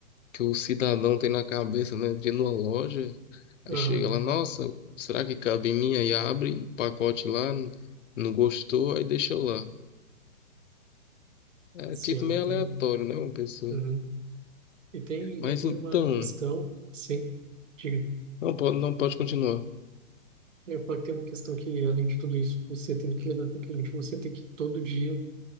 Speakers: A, on the left (about 65°); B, on the right (about 65°).
A: que o cidadão tem na cabeça, né? De ir numa loja, aí
B: Aham,
A: chega lá, nossa, será que cabe em mim? Aí abre o pacote lá, não gostou, aí deixa lá. É
B: sim.
A: tipo meio
B: E,
A: aleatório, né, uma pessoa.
B: uhum. E tem,
A: Mas
B: e tem
A: então,
B: uma questão, sim. Diga.
A: não pode, não pode continuar.
B: Eu ia falar que tem uma questão que, além de tudo isso, você tem que lidar com o cliente. Você tem que todo dia